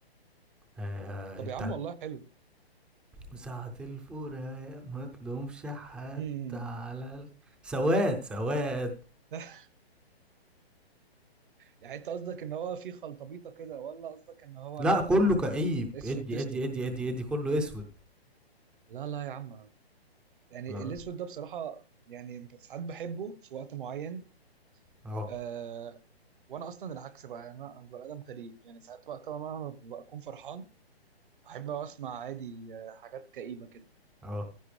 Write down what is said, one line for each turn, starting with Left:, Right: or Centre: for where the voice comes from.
Centre: آه
Right: طب
Centre: بتاع
Right: يا عم والله حلو
Centre: ساعة الفراق ما تلومش حد
Right: مم.
Centre: على ال... سواد سواد
Right: <laughs> يعني انت قصدك ان هو في خلطبيطه كده ولا قصدك ان هو
Centre: لا
Right: لا كلهم
Centre: كله كئيب
Right: اسود
Centre: ادي
Right: في اسود
Centre: ادي ادي ادي ادي كله اسود
Right: لا لا يا عم يعني
Centre: لا
Right: الاسود ده بصراحه يعني ساعات بحبه في وقت معين
Centre: اهو
Right: آه وانا اصلا العكس بقى يعني انا بني ادم غريب يعني ساعات وقت ما انا بكون فرحان احب اسمع عادي آه، حاجات كئيبه كده
Centre: اهو